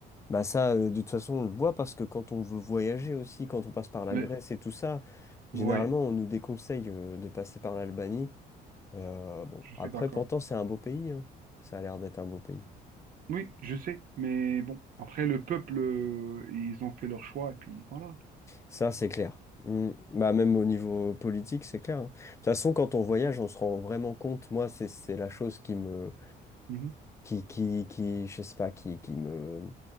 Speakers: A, on the left; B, on the right.
A: Bah ça, euh, de toute façon, on le voit parce que quand on veut voyager aussi, quand on passe par la
B: Mais,
A: Grèce et tout ça, généralement,
B: oui,
A: on nous déconseille euh, de passer par l'Albanie. Euh, bon,
B: je
A: après,
B: suis d'accord.
A: pourtant, c'est un beau pays, hein. Ça a l'air d'être un beau pays.
B: Oui, je sais, mais bon, après, le peuple, euh, ils ont fait leur choix, et puis voilà.
A: Ça, c'est clair. Mm. Bah, même au niveau politique, c'est clair. hein. De toute façon, quand on voyage,
B: Mm.
A: on se rend vraiment compte. Moi, c'est c'est la chose qui me,
B: Mhm,
A: qui, qui, qui, je sais pas, qui, qui me